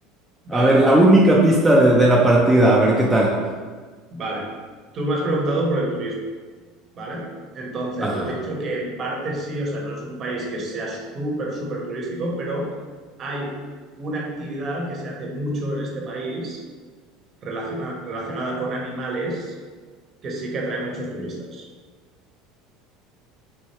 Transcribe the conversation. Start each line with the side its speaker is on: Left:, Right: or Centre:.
Right: Vale,
Centre: A ver, la única pista de, de la partida, a ver qué tal.
Right: vale. Tú me has preguntado por el turismo, ¿vale? Entonces,
Centre: Ajá.
Right: yo te he dicho que en parte sí, o sea, no es un país que sea súper, súper turístico, pero hay una actividad que se hace mucho en este país relaciona- relacionada con animales que sí que atrae muchos turistas.